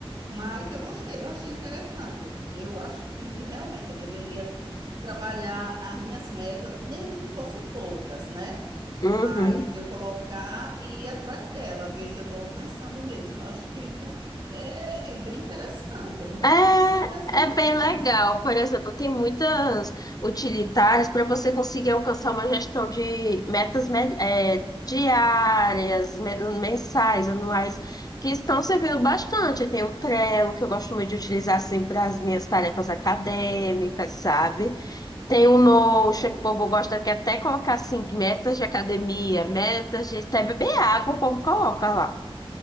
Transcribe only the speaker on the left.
Uhum.
É,
é bem legal. Por exemplo, tem muitas utilitárias para você conseguir alcançar uma gestão de metas me- é, diárias, me- mensais, anuais, que estão servindo bastante. Tem o Trello, que eu gosto muito de utilizar assim para as minhas tarefas acadêmicas, sabe? Tem o Notion,
que o povo gosta que é até colocar assim, metas de academia, metas de até beber água, o povo coloca lá.